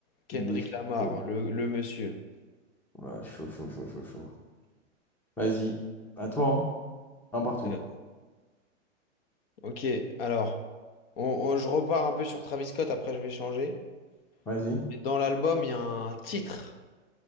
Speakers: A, on the left; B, in the centre.
A: Kendrick
B: Il est
A: Lamar,
B: chaud.
A: hein, le, le monsieur.
B: Ouais, chaud, chaud, chaud, chaud, chaud. Vas-y, à toi, hein. Un partout.
A: Euh, Ok, alors, on- on- je repars un peu sur Travis Scott. Après, je vais changer.
B: Vas-y.
A: Et Dans l'album, il y a un titre